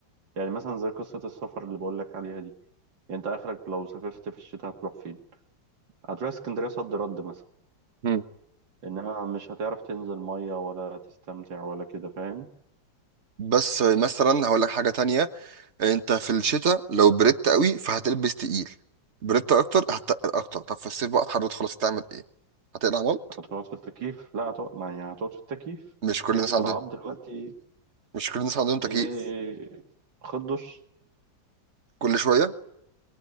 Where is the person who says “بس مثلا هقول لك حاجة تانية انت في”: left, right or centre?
Right